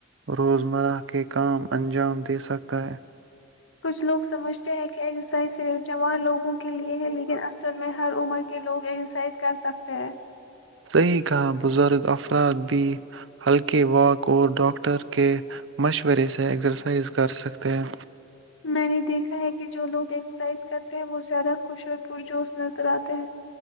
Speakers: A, on the right; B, on the left.
A: روزمرہ کے کام انجام دے سکتا ہے
B: کچھ لوگ سمجھتے چسرسائز صرف جوان لوگوں کے لیے ہے لیکن ا ل میں ہر عمر کے لوگ ایکسرسائز کر سکتے ہیں
A: صحیح کہااں بزرگ آ افراد بھی ہلکے واک اور ڈاکٹر کے مشورے سے ایکسرسائز کر سکتے ہیں
B: میں نے دیکھا ہے کہ جو لوگ ایکسرسائز کرتے ہیں وہ زیادہ خوش اور پرجوش نظر آتے ہیں